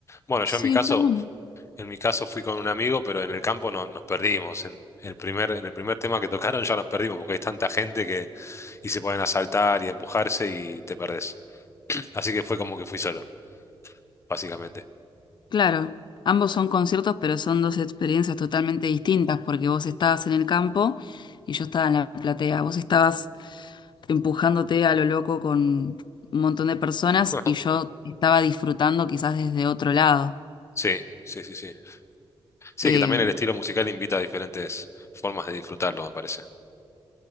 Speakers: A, on the left (about 30°); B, on the left (about 55°).
A: Bueno, yo
B: sí,
A: en mi caso,
B: está bueno.
A: en mi caso fui con un amigo, pero en el campo no, nos perdimos. En el primer, en el primer tema que tocaron ya nos perdimos, porque hay tanta gente que y se pueden asaltar y empujarse y te perdés. Así que fue como que fui solo, básicamente.
B: Claro, ambos son conciertos, pero son dos experiencias totalmente distintas, porque vos estabas en el campo y yo estaba en la platea. Vos estabas empujándote a lo loco con un montón de personas
A: <laughs>
B: y yo estaba disfrutando quizás desde otro lado.
A: Sí, sí, sí, sí. Sí,
B: Eh,
A: que también el estilo musical invita a diferentes formas de disfrutarlo, me parece.